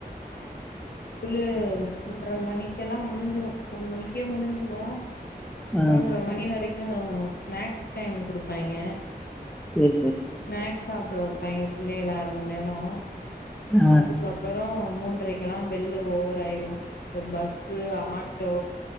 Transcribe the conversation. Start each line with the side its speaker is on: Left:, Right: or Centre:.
Left: மூன்டர மணிக்கல்லா முடிஞ்சிரு மூணு மணிக்கே முடிஞ்சுரு
Centre: ஆ
Left: மூன்ட்ர மணி வரை ஸ்நாக்ஸ் டைம் கொடுப்பாங்க
Centre: சேரி சேரி
Left: ஸ்நாக்ஸ் சாப்பிடு வைப்பா ஏன் பிள்ளைல அரை மணி நேரம்
Centre: ஆ
Left: அதுக்கப்புறம் அப்ரோ மூன்றரைக்கலாம் பெள்ளு ஓவராயிரும் இந்த பஸ்ஸு ஆட்டோ